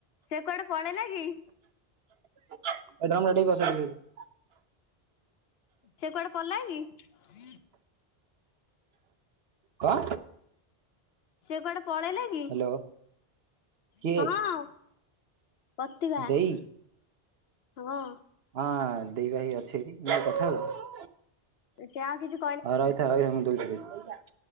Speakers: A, on the left (about 75°); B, on the right (about 70°).
A: ସେ କୁଆଡ଼େ ପଳେଇଲା କି?
B: <unintelligible>
A: ସେ କୁଆଡ଼େ ପଳେଇଲା କି?
B: କଣ?
A: ସେ କୁଆଡ଼େ ପଳେଇଲା
B: ହ୍ୟାଲୋ
A: କି?
B: କିଏ
A: ହଁ ପ୍ରତିଭା
B: ଦେଇ
A: ହଁ।
B: ହଁ ଦେଇ ପା ହେଇ ଅଛି ଏଇଠି ଦେବି କଥା ହୋବୁ କି?
A: <inaudible>
B: ହଉ ରହିଥା ରହିଥା ମୁଁ ଦୋଉଚି ଦୋଉଚି।